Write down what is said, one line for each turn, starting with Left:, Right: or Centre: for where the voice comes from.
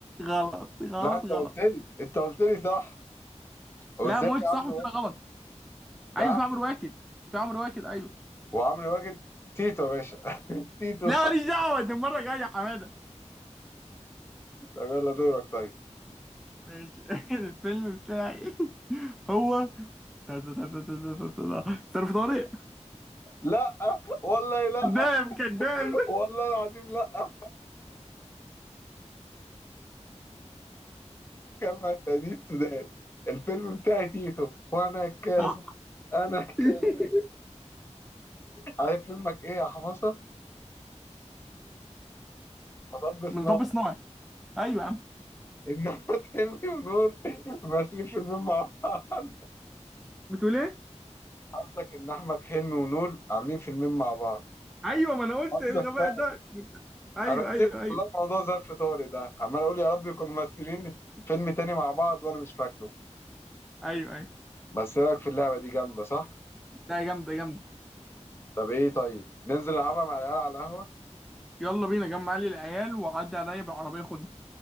Centre: غلط غلط
Left: لا أنت قلت
Centre: غلط
Left: لي أنت قلت لي صح هو
Centre: لا
Left: إزاي
Centre: ما قلت
Left: يا
Centre: صح
Left: عمرو
Centre: وقلت
Left: واكد
Centre: لها غلط
Left: نعم
Centre: ايوه في عمرو واكد في عمرو واكد ايوه
Left: وعمرو واكد تيتو يا باشا <laughs> تيتو
Centre: لا ماليش دعوه ده المره الجايه يا حماده
Left: طب يلا دورك طيب
Centre: ماشي <laughs> الفيلم بتاعي <laughs> هو تا- تا- تا- تا- تا- تا- تا- تا- ظرف طارق
Left: لا والله لا
Centre: كذاب كذاب
Left: والله العظيم لا كما تدين سودان الفيلم بتاعي تيتو وأنا كاس
Centre: <laughs>
Left: أنا كاس
Centre: ايه
Left: عارف فيلمك إيه يا حمصة؟ مطب صناعي
Centre: من رب صناعي ايوه يا عم
Left: ان احمد حلمي ونور ماسكين فيلمين مع بعض
Centre: بتقول ايه
Left: قصدك ان احمد حلمي ونور عاملين فيلمين مع بعض
Centre: ايوه ما انا قلت
Left: قصدك
Centre: إيه الغباء
Left: بقى
Centre: ده كنت- ايوه
Left: انا نسيت
Centre: ايوه ايوه
Left: والله موضوع ظرف طارق ده عمال اقول يا رب يكونوا ممثلين فيلم تاني مع بعض وانا مش فاكره
Centre: ايوه ايوه
Left: بس إيه رايك في اللعبه دي جامده صح
Centre: ده جامده جامده
Left: طب ايه طيب ننزل نلعبها مع العيال على القهوه
Centre: يلا بينا جمع لي العيال وعدي عليا بالعربيه خدني